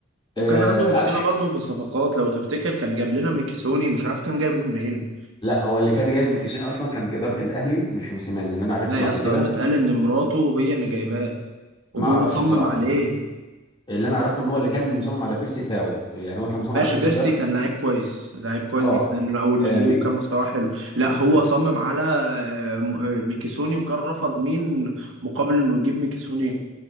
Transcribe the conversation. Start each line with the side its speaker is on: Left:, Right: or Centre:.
Right: وكان
Left: آه،
Right: عنده مشكله
Left: قفش
Right: برضه في الصفقات لو تفتكر كان جاب لنا ميكيسوني مش عارف كان جايبه منين
Left: لا هو اللي كان جاي من كيسوني اصلا كان اداره الاهلي مش موسيماني اللي انا عرفته
Right: لا
Left: بعد
Right: يا اسطى
Left: كده
Right: اللي اتقال ان مراته هي اللي جايباه وهو
Left: ما اعرفش
Right: صمم
Left: بصراحه
Right: عليه
Left: بس اللي انا اعرفه ان هو اللي كان مصمم على بيرسي تاو يعني هو كان مصمم
Right: ماشي
Left: على بيرسي
Right: بيرسي
Left: تاو
Right: كان لعيب كويس لعيب كويس
Left: اه
Right: جدا من اول ما
Left: آه،
Right: جه
Left: مي-
Right: وكان مستواه حلو لا هو
Left: م-
Right: صمم على آه، م- آه، ميكيسوني وكان رفض مين مقابل انه يجيب ميكيسوني